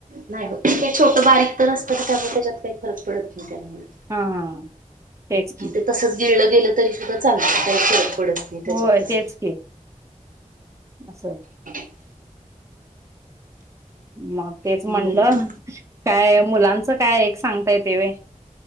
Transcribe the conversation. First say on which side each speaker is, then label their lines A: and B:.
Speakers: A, on the right; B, on the right.
A: नाही होत छोटं बारीक तर असतं त्यामुळे त्याच्यात काही फरक पडत नाही त्यामुळे
B: हा तेच की
A: ते तसच गिळलं गेलं तरी सुद्धा चालत काहीच पडत नाही त्याच्यातस
B: होय तेच की असं
A: <unintelligible>
B: मग तेच
A: हम्म
B: म्हणलं
A: ते-
B: काय मुलांचं काय एक सांगताय तेवे